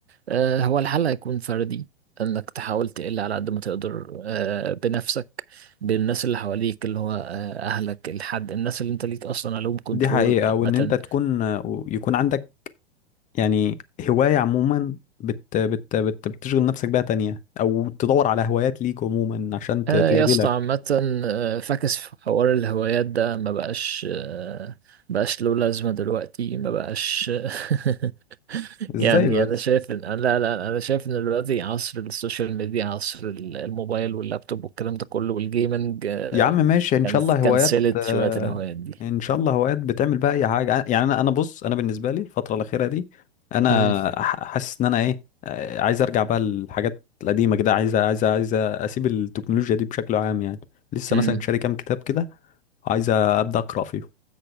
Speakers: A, on the right; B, on the left.
A: آه، هو الحل هيكون فردي انك تحاول تقل على قد ما تقدر آه، بنفسك بالناس اللي حواليك اللي هو آه، اهلك الحد الناس اللي انت ليك اصلا عليهم كنترول
B: دي حقيقه
A: عامه
B: وان انت تكون يكون عندك يعني هواية عموما بت بت بت بتشغل نفسك بيها تانية أو تدور على هوايات ليك عموما عشان
A: آه،
B: ت- تشغلك
A: يا اسطى عامه آه، فاكس في حوار الهوايات ده ما بقاش آه، بقاش له لازمه دلوقتي ما بقاش <laughs>
B: إزاي
A: يعني
B: بس
A: انا شايف ان لا لا لا، انا شايف ان دلوقتي عصر السوشيال ميديا عصر ال- الموبايل واللابتوب والكلام ده كله والجيمنج آه،
B: يا عم ماشي إن
A: كان
B: شاء الله هوايات
A: كنسلت
B: آه،
A: شوية الهوايات دي
B: إن شاء الله هوايات بتعمل بقى أي حاجة يعني أنا أنا بص أنا بالنسبة لي الفترة الأخيرة دي أنا
A: امم
B: ح- حاسس إن أنا إيه آه، عايز أرجع بقى للحاجات القديمة كده عايز عايز عايز أسيب التكنولوجيا دي بشكل عام يعني لسه
A: امم
B: مثلا شاري كام كتاب كده وعايز أبدأ أقرأ فيهم